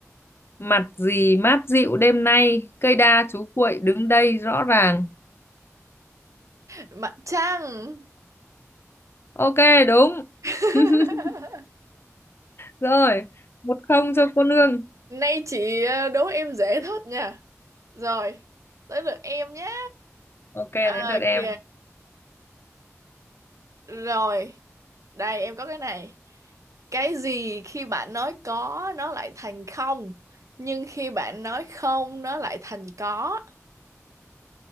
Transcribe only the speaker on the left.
mặt gì mát dịu đêm nay cây đa chú cuội đứng đây rõ ràng
ok đúng
<laughs> rồi một không cho cô nương
Ok, đến
lượt
em.